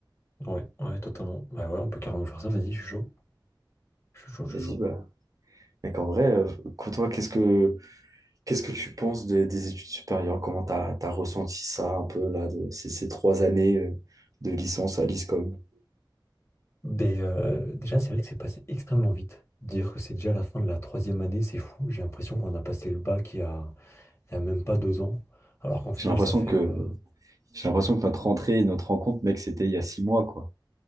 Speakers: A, on the left (about 35°); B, on the right (about 45°).
A: Ouais, ouais, totalement. Ouais, ouais, on peut carrément faire ça, vas-y, je suis chaud. Je suis chaud, je
B: Vas-y,
A: suis chaud.
B: bah, Mais qu'en vrai, euh, quand toi, qu'est-ce que qu'est-ce que tu penses des, des études supérieures? Comment t'as t'as ressenti ça un peu là de ces, ces trois années euh, de licence à l'ISCOM?
A: Mais euh, déjà, c'est vrai que c'est passé extrêmement vite. Dire que c'est déjà la fin de la troisième année, c'est fou. J'ai l'impression qu'on a passé le bac il y a, il y a même pas deux ans. Alors qu'en final,
B: J'ai l'impression
A: ça fait...
B: que
A: euh,
B: j'ai l'impression que notre rentrée et notre rencontre, mec, c'était il y a six mois, quoi.